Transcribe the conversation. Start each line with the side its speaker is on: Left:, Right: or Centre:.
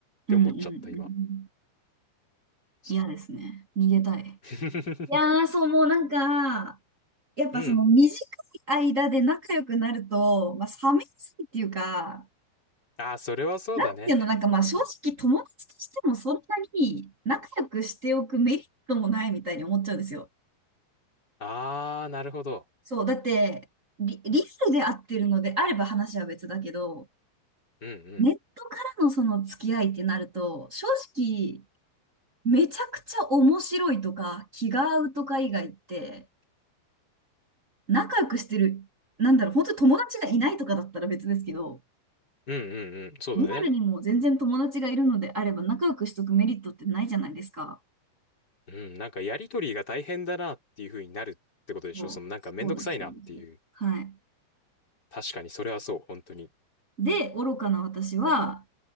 Right: うん。
Left: て思っちゃった今。
Right: うん。うん
Left: そう。
Right: 嫌ですね。逃げたい。い
Left: <laughs>
Right: やー、そう、もうなんか、やっぱその短い間で仲良くなると、
Left: うん。
Right: まあ、冷めやすいっていうか、
Left: ああ、それはそうだね。
Right: なんていうの、なんかまあ正直友達としてもそんなに仲良くしておくメリットもないみたいに思っちゃうんですよ。
Left: ああ、なるほど。
Right: そう、だってリ、リアルで会ってるのであれば話は別だけど、
Left: うんうん。
Right: ネットからのその付き合いってなると、正直めちゃくちゃ面白いとか気が合うとか以外って、仲良くしてる、なんだろう、本当に友達がいないとかだったら別ですけど、
Left: うんうんうん。そうだね。
Right: リアルにも全然友達がいるのであれば仲良くしとくメリットってないじゃないですか。
Left: うん、なんかやりとりが大変だなっていう風になるってことでしょそのなんかめんどくさいなっていう。
Right: そう、そうです、そうです。はい。
Left: 確かにそれはそう、本当に。
Right: で、愚かな私は、